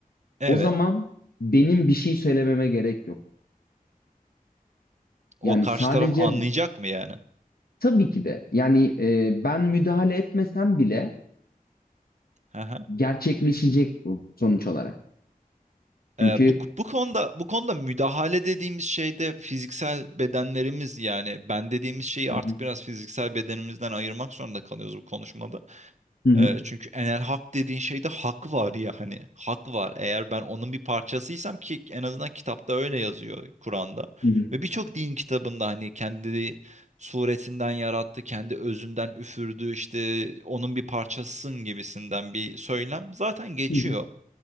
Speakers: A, on the right (about 50°); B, on the left (about 80°).
A: Evet.
B: O zaman benim bir şey söylememe gerek yok.
A: O
B: Yani
A: karşı
B: sadece
A: taraf anlayacak mı yani?
B: tabii ki de yani eee, ben müdahale etmesem bile
A: Hı hı.
B: gerçekleşecek bu sonuç olarak. Çünkü
A: Ee, bu, bu konuda bu konuda müdahale dediğimiz şey de fiziksel bedenlerimiz yani ben dediğimiz şeyi
B: Hı
A: artık
B: hı.
A: biraz fiziksel bedenimizden ayırmak zorunda kalıyoruz bu konuşmada.
B: Hı hı.
A: Ee, çünkü Enel Hak dediğin şeyde hak var ya hani hak var. Eğer ben onun bir parçasıysam ki en azından kitapta öyle yazıyor Kur'an'da.
B: Hı hı.
A: Ve birçok din kitabında hani kendi suretinden yarattı, kendi özünden üfürdü işte onun bir parçasısın gibisinden bir söylem zaten geçiyor.
B: Hı hı.